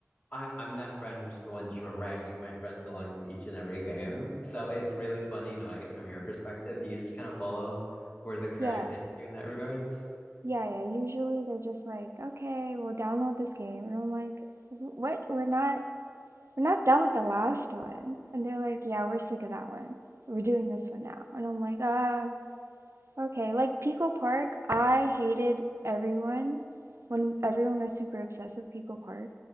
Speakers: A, on the left; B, on the right.
A: I'm I'm that friend who's the one dragging my friends along to each and every game. So it's really funny knowing it from your perspective. Do you just kind of follow where the current
B: Yeah.
A: takes you in that regards?
B: Yeah, yeah. Usually they're just like, "Okay, we'll download this game." And I'm like, "Wh- "What? We're not we're not done with the last one." And they're like, "Yeah, we're sick of that one. We're doing this one now." And I'm like, "Uh, okay." Like Pico Park, I hated everyone when everyone was super obsessed with Pico Park.